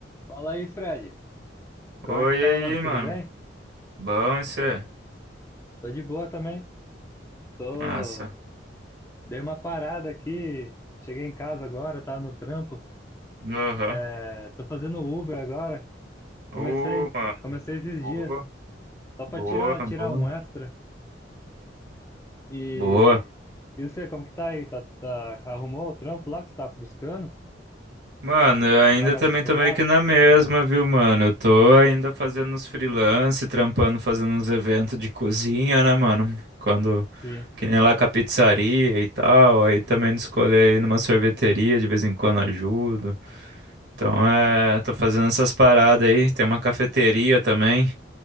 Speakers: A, on the left; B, on the right.
A: Fala aí, Fred. Como
B: Oi,
A: é que
B: e
A: tá, mano?
B: aí,
A: Tudo
B: mano.
A: bem?
B: Bom, isso é?
A: Tô de boa também. Tô...
B: Massa.
A: Dei uma parada aqui. Cheguei em casa agora, tava no trampo.
B: Aham.
A: É... Tô fazendo Uber agora. Comecei.
B: Ô, mano.
A: Comecei esses
B: Boa,
A: dias. Só pra
B: boa,
A: tirar, tirar
B: boa.
A: um extra. E...
B: Boa.
A: E você, como que tá aí? Tá, tá... Arrumou o trampo lá que você tá buscando?
B: Mano, eu ainda
A: Tá mais
B: também
A: sossegado?
B: tô meio que na mesma, viu, mano? Eu tô ainda fazendo uns freelance, trampando, fazendo uns eventos de cozinha, né, mano? Quando,
A: Sim.
B: que nem lá com a pizzaria e tal. Aí também de escolher ir numa sorveteria, de vez em quando ajudo. Então, é, tô fazendo essas paradas aí. Tem uma cafeteria também.